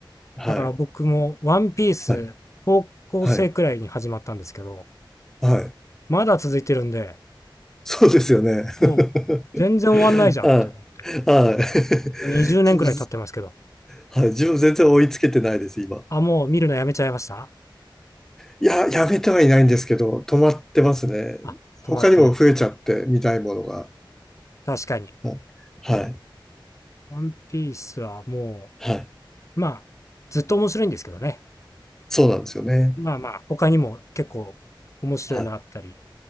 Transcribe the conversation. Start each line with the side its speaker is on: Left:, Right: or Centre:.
Centre: はい。
Left: だから僕もワンピース、
Centre: はい。
Left: 高校生くらいに始まったんですけど、
Centre: はい。はい。
Left: まだ続いてるんで、
Centre: そうですよね。
Left: もう全然終わんないじゃんって思っ
Centre: <laughs> はい。はい。<laughs>
Left: て、20年くらい経ってますけど。
Centre: 自分、はい。自分全然追いつけてないです、今。
Left: あ、もう見るのやめちゃいました？
Centre: いや、やめてはいないんですけど、止まってますね。
Left: あ、止まってる。
Centre: 他にも増えちゃって、見たいものが。
Left: 確かに。
Centre: はい。はい。
Left: ワンピースはも
Centre: はい
Left: う、まあ、ずっと面白いんですけどね。
Centre: そうなんですよね。
Left: まあまあ、他にも結構面白いのあったり。
Centre: はい。